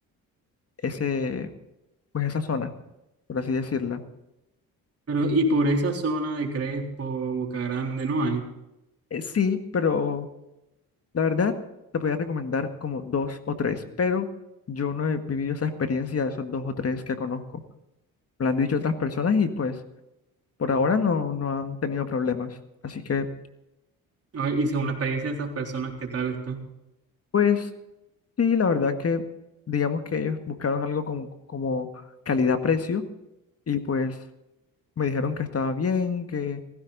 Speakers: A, on the left (about 40°); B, on the right (about 40°).
A: ese, pues esa zona, por así decirla.
B: Pero, y por esa zona de Crespo, Boca Grande, no hay.
A: Eh, sí, pero la verdad, te podría recomendar como dos o tres, pero yo no he vivido esa experiencia de esos dos o tres que conozco. Me lo han dicho otras personas y pues por ahora no, no han tenido problemas. Así que,
B: A ver, y según la experiencia de esas personas, ¿qué tal está?
A: pues sí, la verdad que digamos que ellos buscaron algo como, como calidad-precio y pues Me dijeron que estaba bien, que